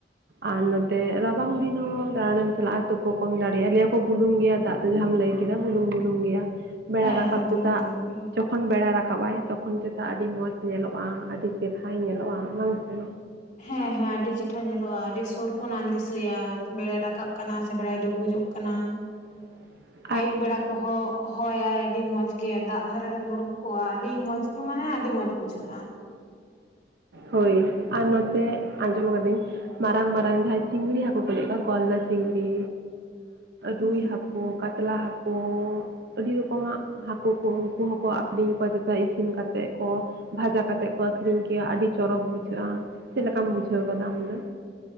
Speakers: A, on the right; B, on the left.
A: ᱟᱨ ᱱᱚᱛᱮ ᱨᱟᱵᱟᱝ ᱫᱤᱱ ᱦᱚᱸ ᱫᱟᱬᱟᱱᱮᱢ ᱪᱟᱞᱟᱜᱼᱟ ᱛᱩᱯᱳ ᱠᱚᱢ ᱫᱟᱲᱮᱭᱟᱜᱼᱟ ᱞᱮᱭᱟ ᱠᱚ ᱵᱩᱞᱩᱝ ᱜᱮᱭᱟ ᱫᱟᱜ᱾ ᱡᱟᱦᱟᱢ ᱞᱟᱹᱭ ᱠᱮᱫᱟ ᱵᱩᱞᱩᱝ ᱵᱩᱞᱩᱝ ᱜᱮᱭᱟ ᱵᱮᱲᱟ
B: ᱦᱮᱸ
A: ᱨᱟᱠᱟᱵ
B: ᱦᱮᱸ ᱵᱩᱞᱩᱝ
A: ᱪᱮᱫᱟᱜ
B: ᱵᱩᱞᱩᱝ ᱜᱮ
A: ᱡᱚᱠᱷᱚᱱ ᱵᱮᱲᱟ ᱨᱟᱠᱟᱵᱟᱭ ᱛᱚᱠᱷᱚᱱ ᱪᱮᱫᱟᱜ ᱟᱹᱰᱤ ᱢᱚᱡᱽ ᱧᱮᱞᱚᱜᱼᱟ ᱟᱹᱰᱤ ᱪᱮᱨᱦᱟᱭ ᱧᱮᱞᱚᱜᱼᱟ ᱵᱟᱝ ᱥᱮ᱾
B: ᱦᱮᱸ ᱦᱮᱸ ᱟᱹᱰᱤ ᱪᱮᱴᱷᱟ ᱧᱮᱞᱚᱜᱼᱟ ᱟᱹᱰᱤ ᱥᱩᱨ ᱠᱷᱚᱱᱟᱜ ᱮᱢ ᱫᱤᱥᱟᱹᱭᱟ ᱵᱮᱲᱟᱭ ᱨᱟᱠᱟᱵ ᱠᱟᱱᱟ ᱥᱮ ᱵᱮᱲᱟᱭ ᱰᱩᱵᱩᱡᱚᱜ ᱠᱟᱱᱟ᱾ ᱠᱟᱱᱟ᱾
A: <unintelligible>
B: ᱟᱭᱩᱵ ᱵᱮᱲᱟ ᱠᱚᱦᱚᱸ ᱦᱚᱭᱟᱭ ᱟᱹᱰᱤ ᱢᱚᱸᱡᱽ ᱜᱮ ᱫᱟᱜ ᱫᱷᱟᱨᱮ ᱨᱮᱢ ᱫᱩᱲᱩᱵ ᱠᱚᱣᱟ ᱟᱹᱰᱤ ᱢᱚᱸᱡᱽ ᱜᱮ ᱢᱟᱱᱮ ᱟᱹᱰᱤ ᱢᱚᱸᱡᱽ ᱵᱩᱡᱷᱟᱹᱜᱼᱟ
A: ᱦᱳᱭ ᱟᱨ ᱱᱚᱛᱮ ᱟᱸᱡᱚᱢ ᱠᱟᱹᱫᱟᱹᱧ ᱢᱟᱨᱟᱝ ᱢᱟᱨᱟᱝ ᱡᱟᱦᱟᱸᱭ ᱪᱤᱝᱲᱤ ᱦᱟᱹᱠᱩ ᱠᱚ ᱞᱟᱹᱭᱮᱫ ᱠᱚᱣᱟ ᱜᱚᱞᱫᱟ ᱪᱤᱝᱲᱤ
B: ᱦᱩᱸ
A: ᱨᱩᱭ ᱦᱟᱹᱠᱩ ᱠᱟᱛᱞᱟ ᱦᱟᱹᱠᱩ, ᱟᱹᱰᱤ ᱨᱚᱠᱚᱢᱟᱜ ᱦᱟᱹᱠᱩ ᱠᱚ ᱩᱱᱠᱩ ᱦᱚᱸᱠᱚ ᱟᱠᱷᱨᱤᱧ ᱠᱚᱣᱟ ᱡᱮᱴᱟ ᱤᱥᱤᱱ ᱠᱟᱛᱮᱫ ᱠᱚ ᱵᱷᱟᱡᱟ ᱠᱟᱛᱮᱫ ᱠᱚ ᱟᱠᱷᱨᱤᱧ ᱠᱮᱭᱟ ᱟᱹᱰᱤ ᱪᱚᱨᱚᱠ ᱵᱩᱡᱷᱟᱹᱜᱼᱟ ᱪᱮᱫ ᱞᱮᱠᱟᱢ ᱵᱩᱡᱷᱟᱹᱣ ᱟᱠᱟᱫᱟ ᱟᱢᱫᱚ?